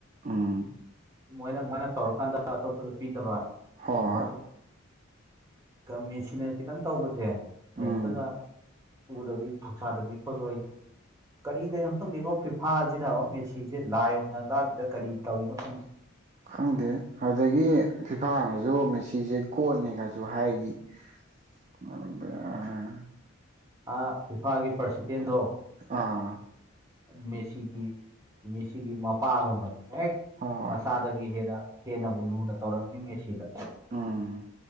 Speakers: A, on the right; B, on the right.
A: ꯎꯝ
B: ꯃꯣꯏꯅ ꯃꯣꯏꯅ ꯇꯧꯔꯀꯥꯟꯗ ꯑꯇꯣꯞꯄꯗ ꯄꯤꯗꯕ
A: ꯍꯣꯏ
B: ꯑꯗꯒꯤ
A: ꯍꯣꯏ
B: ꯃꯦꯁꯤꯟꯅ ꯈꯤꯇꯪ ꯇꯧꯕꯁꯦ ꯀꯔꯤꯝꯇꯗ
A: ꯎꯝ
B: ꯎꯗꯕꯤ ꯊꯧꯁꯥꯗꯕꯤ ꯈꯣꯠꯂꯣꯏ ꯀꯔꯤꯗꯣꯏꯅꯣ ꯈꯪꯗꯦꯅꯣ ꯐꯤꯐꯥꯁꯤꯅ ꯑꯃ ꯃꯦꯁꯤꯁꯤꯦ ꯂꯥꯏ ꯑꯣꯏꯅ ꯂꯥꯂꯤꯗ ꯀꯔꯤ ꯇꯧꯔꯤꯅꯣ ꯈꯪꯗꯦ
A: ꯈꯪꯗꯦ ꯑꯗꯨꯗꯒꯤ ꯐꯤꯐꯥꯅꯁꯨ ꯃꯦꯁꯤꯁꯦ ꯒꯣꯠꯅꯤꯒꯁꯨ ꯍꯥꯏꯔꯤ
B: <unintelligible>
A: <unintelligible>
B: ꯑ ꯐꯤꯐꯥꯒꯤ ꯄ꯭ꯔꯁꯤꯗꯦꯟꯗꯣ
A: ꯑꯥ
B: ꯃꯦꯁꯤꯒꯤ ꯃꯦꯁꯤꯒꯤ ꯃꯄꯥꯒꯨꯝꯕꯅꯤ ꯍꯦꯛ
A: ꯍꯣꯏ
B: ꯃꯁꯥꯗꯒꯤ ꯍꯦꯟꯅ ꯍꯦꯟꯅꯕꯨ ꯂꯨꯅ ꯇꯧꯔꯝꯃꯤ ꯃ ꯁꯤꯗ
A: ꯑꯣ